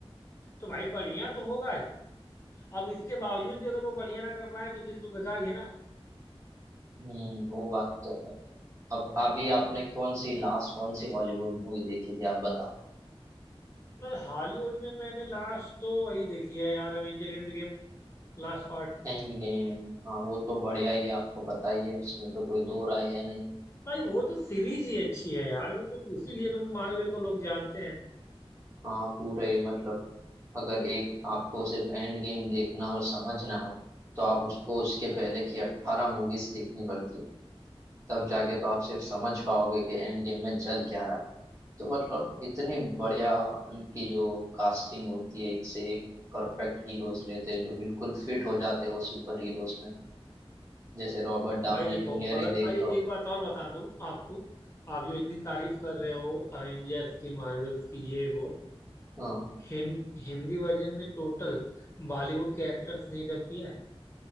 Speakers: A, on the left; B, on the right.
A: तो भाई बढ़िया तो होगा ही अब इसके बावजूद भी अगर वो बढ़िया ना कर पाए तो फिर तो बेकार ही है ना
B: हम्म वो बात तो है अब अभी आपने कौन सी लास्ट कौन सी हॉलीवुड मूवी देखी थी आप बताओ
A: मैं हॉलीवुड में मैंने लास्ट तो वही देखी है यार avenger end game last part
B: एंड गेम, हाँ वो तो बढ़िया ही है, आपको पता ही है उसमें तो कोई दो राय है नहीं।
A: भाई वो तो सीरीज ही अच्छी है यार वो तो उसीलिए तो मार्वल को लोग जानते हैं
B: हाँ पूरे मतलब अगर एक आपको सिर्फ एंड गेम देखना और समझना हो तो आप उसको उसके पहले की अट्ठारह मूवीज देखनी पड़ती है तब जाके तो आप सिर्फ समझ पाओगे कि एंड गेम में चल क्या रहा है तो मतलब इतनी बढ़िया उनकी जो कास्टिंग होती है एक से एक परफेक्ट हीरोज लेते हैं जो बिल्कुल फिट हो जाते हैं वो सुपर हीरोज में जैसे रॉबर्ट डाउनी
A: भाई देखो
B: जूनियर
A: अगर
B: ही देख
A: आ, ए,
B: लो
A: एक बात और बता दूं आपको आप जो इतनी तारीफ कर रहे हो अवेंजर्स की मार्वल्स की ये वो
B: हाँ
A: हिं, हिंदी वर्जन में टोटल बॉलीवुड के एक्टर्स ने डब किया है